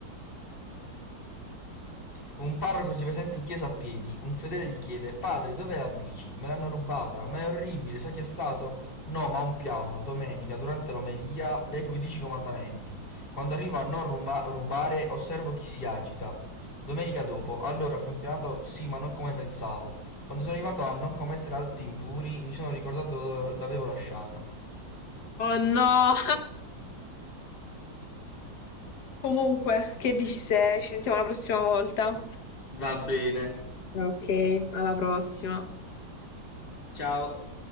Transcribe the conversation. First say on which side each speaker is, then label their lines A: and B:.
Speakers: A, on the left; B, on the left.
A: Un parroco si presenta in chiesa a piedi, un fedele gli chiede: Padre, dov'è la bici? Me l'hanno rubata, ma è orribile, sai chi è stato? No, ma un piano, domenica, durante l'omelia, leggo i dieci comandamenti. Quando arrivo a non ruba- rubare, osservo chi si agita. Domenica dopo, allora ha funzionato sì, ma non come pensavo. Quando sono arrivato a non commettere atti impuri, mi sono ricordato dove l'avevo lasciata.
B: Oh no! Comunque, che dici se ci sentiamo la prossima volta?
A: Va bene.
B: Ok, alla prossima.
A: Ciao.